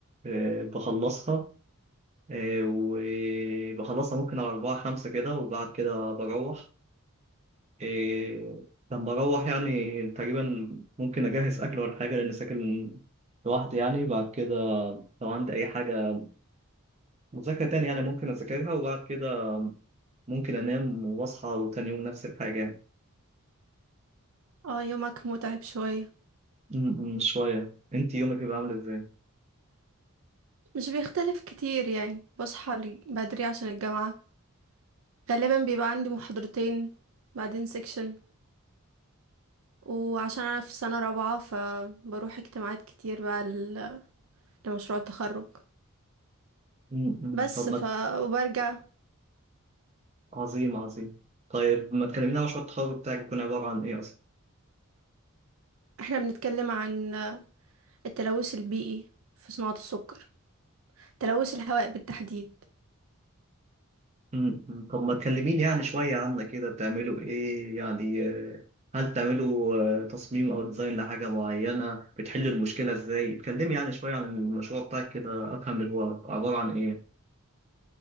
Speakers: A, on the right (about 30°); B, on the right (about 65°).
A: آه، بخلصها آه، وبخلصها ممكن على أربعة خمسة كده وبعد كده بروح آه، لما أروح يعني تقريبا ممكن أجهز أكل ولا حاجة لأن ساكن لوحدي يعني بعد كده لو عندي أي حاجة مذاكرة تاني يعني ممكن أذاكرها وبعد كده ممكن أنام وأصحى وتاني يوم نفس الحاجة يعني
B: اه يومك متعب شوية
A: م- م، شوية أنت يومك بيبقى عامل إزاي؟
B: مش بيختلف كتير يعني بصحى بدري عشان الجامعة غالبا بيبقى عندي محاضرتين بعدين سيكشن وعشان انا في سنة رابعة فبروح اجتماعات كتير بقى ل- لمشروع التخرج
A: م-
B: بس
A: م، طب ما
B: ف وبرجع
A: عظيم عظيم طيب ما تكلمينا عن مشروع التخرج بتاعك بيكون عبارة عن إيه أصلا؟
B: احنا بنتكلم عن التلوث البيئي في صناعة السكر تلوث الهواء بالتحديد
A: م- م. طب ما تكلميني يعني شوية عنك كده بتعملوا إيه يعني آه، هل بتعملوا آه، تصميم أو ديزاين لحاجة معينة بتحلوا المشكلة إزاي؟ اتكلمي يعني شوية عن المشروع بتاعك كده أفهم اللي هو عبارة عن إيه؟